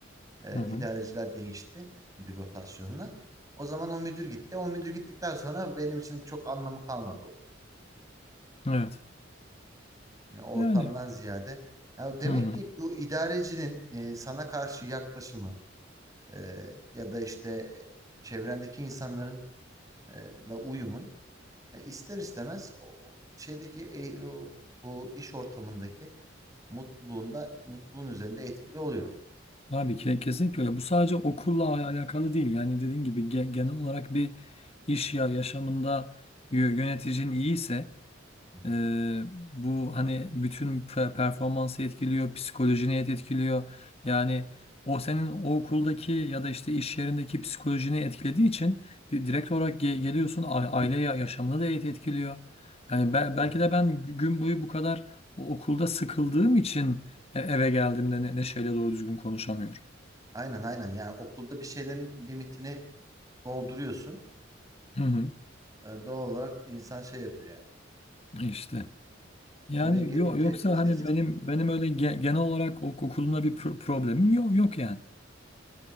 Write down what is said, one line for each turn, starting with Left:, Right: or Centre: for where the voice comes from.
Right: E,
Left: hı hı.
Right: idareciler değişti bir rotasyonla. O zaman o müdür gitti. O müdür gittikten sonra benim için çok anlamı kalmadı
Left: Evet.
Right: Yani ortamdan
Left: Yani
Right: ziyade. Ya demek
Left: hı hı.
Right: ki bu idarecinin e, sana karşı yaklaşımı e, ya da işte e, çevrendeki insanların e, la uyumun e, ister istemez o, o şeydeki e, o- bu iş ortamındaki mutluluğunda mutluluğun üzerinde etkili oluyor.
Left: Abi ke- kesinlikle öyle. Bu sadece okulla al- alakalı değil. Yani dediğin gibi ge- genel olarak bir iş ya yaşamında yö- yöneticin iyiyse
Right: Hı hı.
Left: e, bu hani bütün pe- performansı etkiliyor, psikolojini et- etkiliyor. Yani o senin o okuldaki ya da işte iş yerindeki psikolojini etkilediği için di- direkt olarak ge- geliyorsun a- aile ya- yaşamını da et- etkiliyor. Yani be-
Right: Tabii.
Left: belki de ben gü- gün boyu bu kadar o- okulda sıkıldığım için e- eve geldiğimde ne neşeyle doğru düzgün konuşamıyorum.
Right: Aynen aynen yani okulda bir şeylerin limitini dolduruyorsun.
Left: Hı hı,
Right: E, doğal olarak insan şey yapıyor yani.
Left: işte. Yani
Right: E, eve gelince
Left: yo- yoksa
Right: sessiz.
Left: hani benim benim öyle ge- genel olarak ok- okulumla bir pro- problemim yok yok yani.